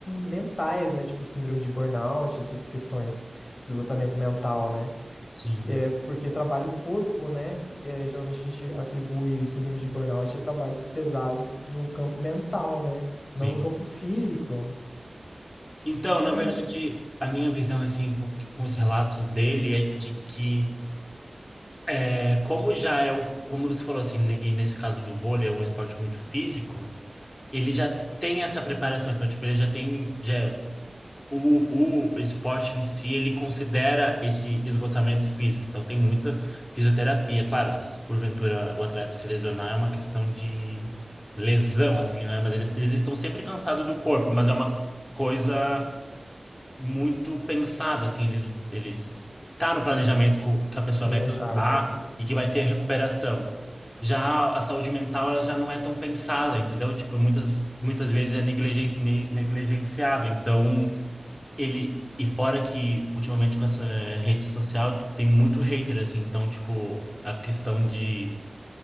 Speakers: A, on the left; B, on the left.
A: mentais, né? Tipo síndrome de burnout, essas questões, esgotamento mental, né?
B: Sim,
A: É porque trabalha o corpo, né? É, geralmente a gente atribui síndrome de burnout a trabalhos pesados no campo mental, né?
B: sim.
A: Não no campo físico.
B: Então,
A: Diferente.
B: na verdade, a minha visão, assim, com com os relatos dele é de que É, como já é o, como você falou assim, ne- e nesse caso do vôlei é um esporte muito físico, ele já tem essa preparação, então tipo, ele já tem já é, o, o esporte em si, ele considera esse esgotamento físico. Então tem muita fisioterapia, claro, que se porventura o atleta se lesionar é uma questão de lesão assim, né? Mas eles, eles estão sempre cansados do corpo, mas é uma coisa muito pensado, assim, eles, eles tá no planejamento co- que a pessoa
A: Planejado,
B: vai cansar
A: né?
B: e que vai ter recuperação. Já a saúde mental, ela já não é tão pensada, entendeu? Tipo, muitas, muitas vezes é negligen, ne- negligenciado. Então, ele... E fora que, ultimamente, com essa rede social, tem muito hater, assim. Então, tipo, a questão de